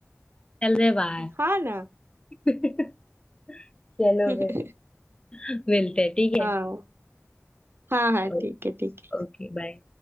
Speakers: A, on the left; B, on the right.
A: चल रहे हैं बाहर
B: हाँ ना
A: <laughs> चलो
B: <laughs>
A: फिर मिलते हैं ठीक है
B: हाँ हाँ हाँ
A: ओ-
B: ठीक है ठीक
A: ओके बाय